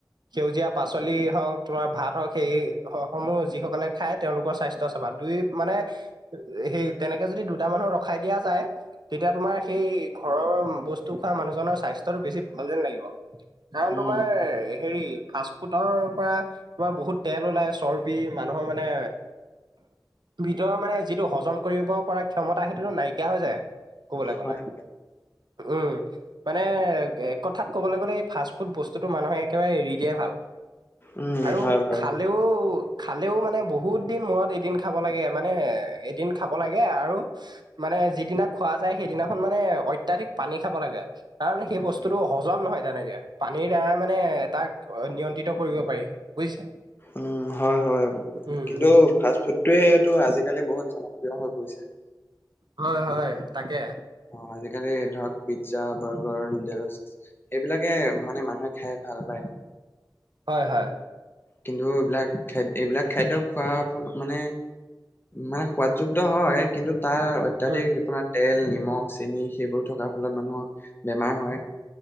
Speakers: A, on the right (about 65°); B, on the left (about 30°).
A: সেউজীয়া পাচলি হওক, তোমাৰ ভাত হওক, সেইসমূহ যিসকলে খায়, তেওঁলোকৰ স্বাস্থ্য চাবা। দুই মানে, সেই তেনেকে যদি দুটা মানুহক ৰখাই দিয়া যায় তেতিয়া তোমাৰ সেই, ঘৰৰ বস্তু খোৱা মানুহজনৰ স্বাস্থ্যটো বেছি ভাল যেন লাগিব। কাৰণ
B: উম
A: তোমাৰ, হেৰি ফাষ্টফুডৰ পৰা তোমাৰ বহুত তেল ওলাই, চৰ্বি, মানুহৰ মানে ভিতৰৰ মানে, যিটো হজম কৰিব পৰা ক্ষমতা সেইটোতো নাইকিয়া হৈ যায় ক'বলৈ গ'লে,
B: হয়
A: উম। মানে, এক কথাত ক'বলৈ গ'লে, এই ফাষ্টফুড বস্তুটো মানুহে একেবাৰে এৰি দিয়াই ভাল।
B: উম
A: আৰু
B: হয় বাৰু
A: খালেও,
B: সেইটো।
A: খালেও মানে, বহুত দিন মূৰত এদিন খাব লাগে, মানে এদিন খাব লাগে, আৰু মানে যিদিনা খোৱা যায়, সেইদিনাখন মানে অত্যাধিক পানী খাব লাগে। কাৰণ সেই বস্তুটো হজম নহয় তেনেকে, পানীৰ দ্বাৰা মানে, তাক নিয়ন্ত্ৰিত কৰিব পাৰি। বুজিছে
B: উম, হয়, হয়।
A: উম
B: কিন্তু
A: উম
B: ফাষ্টফুডটোৱেইটো আজিকালি বহুত জনপ্ৰিয় হৈ পৰিছে।
A: হয়, হয়, তাকে
B: অ', আজিকালি ধৰক, পিজ্জা, বাৰ্গাৰ, নুডলছ এইবিলাকে মানে, মানুহে খাই ভাল পায়।
A: হয়, হয়।
B: কিন্তু, এইবিলাক খাদ্য, এইবিলাক খাদ্য খোৱাৰ ফল মানে মানে সোৱাদযুক্ত হয়, কিন্তু তাৰ অত অত্যাধিক,
A: উম
B: আপোনাৰ তেল, নিমখ, চেনি সেইবোৰ থকাৰ ফলত মানুহৰ বেমাৰ হয়।